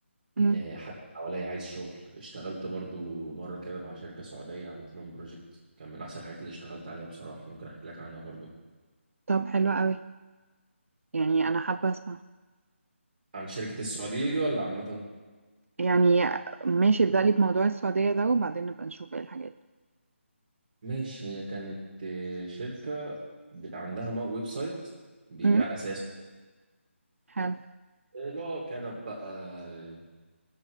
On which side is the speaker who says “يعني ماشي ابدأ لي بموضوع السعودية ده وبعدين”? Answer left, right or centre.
Right